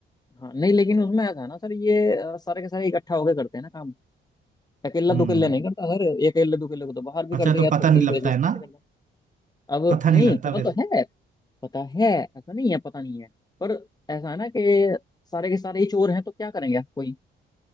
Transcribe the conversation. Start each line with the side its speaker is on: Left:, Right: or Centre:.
Left: हाँ नहीं लेकिन उसमें ऐसा है ना सर ये अ, सारे के सारे इकट्ठा होकर करते हैं ना काम अकेला
Right: हम्म
Left: दुकेला नहीं करता सर अकेले दुकेले को तो बाहर भी
Right: अच्छा
Left: कर दे
Right: तो
Left: या
Right: पता
Left: थोड़ी
Right: नहीं
Left: देर के
Right: लगता
Left: लिए सस्पेंड
Right: है ना
Left: कर दे अब
Right: पता
Left: नहीं
Right: नहीं लगता
Left: पता
Right: फिर
Left: तो है पता है ऐसा नहीं है पता नहीं है पर ऐसा है ना कि सारे के सारे ही चोर हैं तो क्या करेंगे आप? कोई